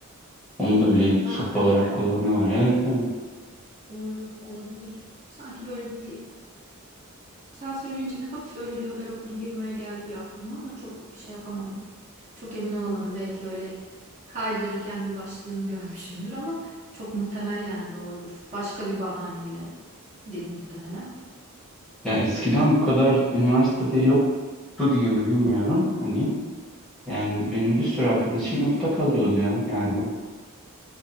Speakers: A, in the centre; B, on the right.
A: Onu da bir
B: Ha
A: sopa
B: öyle
A: olarak
B: mi?
A: kullanıyorlar. Evet evet.
B: Doğru olabilir. Sanki böyle bir sen söyleyince bir hafif öyle bir haber okudum gibime geldi bir aklıma ama çok şey yapamadım. Çok emin olamadım. Belki öyle kaydırırken bir başlığını <laughs> görmüşümdür ama çok muhtemel yani doğrudur. Başka bir bahaneyledir muhtemelen.
A: Yani eskiden bu kadar üniversitede yoktu diye mi bilmiyorum. Hani yani benim bir sürü arkadaşım yurtta kalıyordu ya. Yani